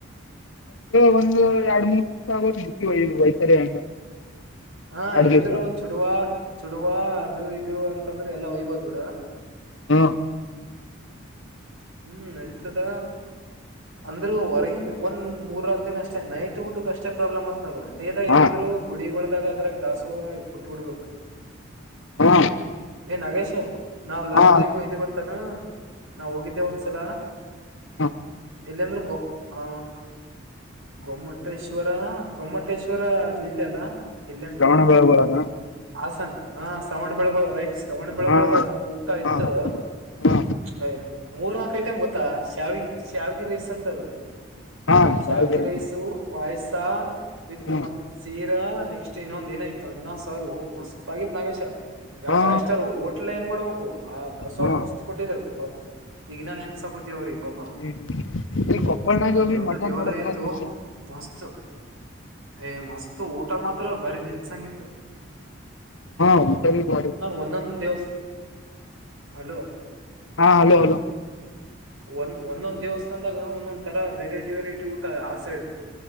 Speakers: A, on the left; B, on the right.
A: ಹಂಗ್ ಎರಡ್ ಮೂರ್ ದಿವ್ಸ ಆಗೋ ಮುಟ್ಟಿಿ ಬೈ್ತರಿ ಹಂಗ.
B: ಹಾ
A: ಎರಡ್
B: ಹೆಂಗಿದ್ರು
A: ದಿವ್ಸ
B: ಚುಡುವ ಚುಡುವ ಅದು ಇದು ಅಂತಂದ್ರೆ ಎಲ್ಲಾ ಒಯ್ಬೋದ್ ಬಿಡು.
A: ಹ್ಮ.
B: ಹ್ಮ್ ನಡೀತದ ಅಂದ್ರೂ ಹೊರಗಿಂದ ಒಂದ್ ಮೂರ. ಿನ ಅಷ್ಟೇ ನೈಟ್ ಊಟಕ್ ಅಷ್ಟೇ ಪ್ರಾಬ್ಲಮ್ ಅತ್ ನೋಡ ಡೇದಾಗ್ ಹೆಂಗಿದ್ರು
A: ಹಾ
B: ಗುಡಿಗಳಳದಾಗ ಅದ್ರಾಗ ದಾಸು ಬಿುು. ಹ.
A: ಹಾ
B: ಏನ್ಾಗೇಶ ನಾವ್ ಲಾಸ್ಟ್
A: ಹಾ
B: ಟೈಮ್ ಎಲ್ಲಿ ಗೊತ್ತಾನ. ನಾವ್ ಹೋಗಿದ್ದೆ ಒಂದ್ಸಲ.
A: ಹ
B: ಇಲ್ಲ ಅಂದ್ರೆ ಗೊ ಆ ಗೊಮ್ಮಟೇಶ್ವರ ಗೊಮ್ಮಟೇಶ್ವರ. ಇಲ್ಲ ಅಲ್ಲ. ಎಲ್ಲಿ ಅಂತಂದ್ರ
A: ಶ್ರಾವಣ ಬೆಳಗೊಳನ.
B: ಹಾಸನ್ ಹ ಶ್ರವಣ ಬೆಳಗುಳ ರೈಟ್ ಶ್ರವಣ್ ಬೆಳಗಳದಾಗ
A: ಹಾ
B: ಊಟ ಇತ್ತು.
A: ಹಾ ಹಾ
B: ಅಯ್ಯ ಮೂರ್ ನಾಕು ಐಟಮ್ ಗೊತ್ತಾ ಶ್ಯಾವಿ ಶಾವಿಗೆಿ ರೈಸ್ ಅಂತದು.
A: ಹಾ ಸಾಯಗಿರಿ
B: ಶಾವಿಗೆ ರೈಸು ಪಾಯಸ ವಿತ್
A: ಹ್ಮ
B: ಮತ್ ಸೀ. ನೆಕ್ಸ್ಟ್ ಇನ್ನೊಂದ್ ಏನಾಯ್ತು ಅನ್ನ ಸಾರ ಮಸ್ತ್ ಆಗಿತ್ ನಾಗೇಶ. ಯಾವ್
A: ಹಾ
B: ಫೈವ್ ಸ್ಟಾರ್ ೋಟ್ಲ್ ಏನ್ ಮಾಡ್ಬೇಕು ಆ ದಾಸೋ
A: ಹಾ
B: ಮಸ್ತ್ ಕೊಟ್ಟಿದ್ರು ಪಾಪ ಈಗನ್ನನ್. ಸಕತವ್ರಿ ಪಾಪ
A: ಇಲ್ಲಿ ಕೊಪ್ಪಳನಾಗ
B: ಅೌದು
A: ಹೋಗಿ
B: ಹ್ದ
A: ಮಠ
B: ದೇವಾಲಯ
A: ನೋಡಪ್ಲತ್
B: ಇತ್ತು
A: ನನ್ಗೆ
B: ಮಸ್ತ್. ಏ ಮಸ್ತ್ ಊಟ ಮಾತ್ರ ಬರಿ ನೆನ್ಸಂಗಿತ್ತ.
A: ಹಾ ಊಟ ಬ.
B: ಒಂದೊಂದ್ ದೇವಸ್ ಹಲೋ
A: ಹಾ ಹಲೋ ಹಲೋ.
B: ಒಂದ್ ಒಂದೊಂದ್ ದಿವ್ಸ. ಚಂದಾಗ ಒಂದೊಂದ್ ತರ ವೆರೈಟಿ ವೆರೈಟಿ ಊಟ ಆ ಸೈಡ್.